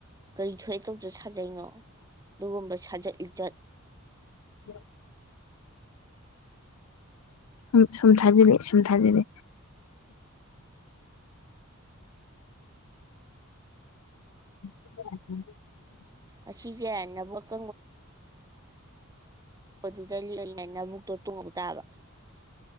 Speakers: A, on the right; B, on the left.
A: ꯀꯔꯤ ꯊꯣꯛꯑꯦ ꯇꯧꯗ ꯁꯥꯖꯩꯩꯅꯣ ꯑꯗꯨꯒꯨꯝꯕ ꯁꯥꯖꯠ ꯂꯤꯆꯠ
B: <inaudible> ꯁ ꯁꯨꯝ ꯊꯥꯖꯤꯂꯦ ꯁꯨꯝ ꯊꯥꯖꯤꯂꯛꯑꯥ <inaudible>
A: ꯑꯁꯤꯁꯦ ꯅꯕꯪꯛ ꯑꯗꯨꯗ ꯂꯩꯂꯅ ꯑꯃꯨꯛꯇꯣ ꯇꯣꯡꯕ ꯇꯥꯕ